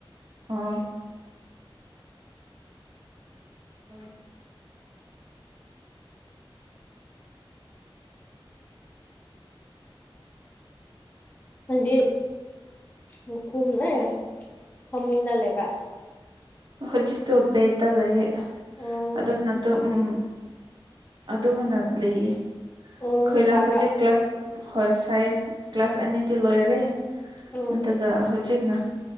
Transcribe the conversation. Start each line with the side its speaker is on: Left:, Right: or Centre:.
Right: ꯑꯥ ꯎꯝ
Left: ꯅꯪꯗꯤ ꯃꯈꯨꯝ ꯑꯦ ꯐꯃꯨꯡꯗ ꯂꯩꯕ꯭ꯔꯥ
Right: ꯍꯧꯖꯤꯛꯇꯣ ꯕꯦꯇ ꯂꯩꯌꯦ
Left: ꯑꯣ
Right: ꯑꯗꯨꯝꯅꯠꯇꯨ ꯎꯝ ꯑꯗꯨꯝꯕꯅ ꯂꯩꯌꯦ ꯑꯩꯈꯣꯏꯗꯥ‌
Left: ꯑꯣ ꯁꯥꯕ꯭ꯔꯥ
Right: ꯍꯧꯖꯤꯛ ꯀ꯭ꯂꯥꯁ ꯍꯣꯏ ꯁꯥꯏ ꯀ꯭ꯂꯥꯁ
Left: ꯎꯝ
Right: ꯑꯅꯤꯗꯤ ꯂꯣꯏꯔꯦ
Left: ꯎꯝ
Right: ꯑꯗꯨꯒ ꯍꯧꯖꯤꯛꯅ